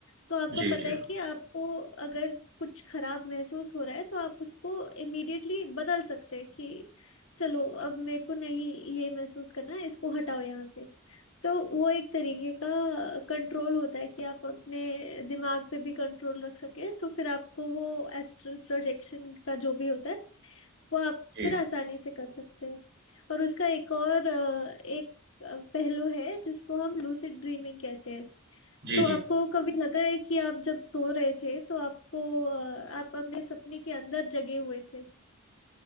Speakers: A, on the left; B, on the right.
A: तो आपको
B: जी,
A: पता
B: जी,
A: है कि आपको अगर कुछ खराब महसूस हो रहा है तो आप उसको इमीडिएटली बदल सकते हैं कि चलो अब मेरे को नहीं ये महसूस करना है इसको हटाओ यहाँ से तो वो एक तरीके का कंट्रोल होता है कि आप अपने दिमाग पे भी कंट्रोल रख सकें तो फिर आपको वो एस्ट्रल प्रोजेक्शन का जो भी होता है वो आप
B: जी,
A: फिर आसानी से कर सकते हैं और उसका एक और अ, एक अ, पहलू है जिसको हम लूसिड ड्रीमिंग कहते हैं
B: जी,
A: तो
B: जी।
A: आपको कभी लगा है कि आप जब सो रहे थे तो आपको अ, आप अपने सपने के अंदर जगे हुए थे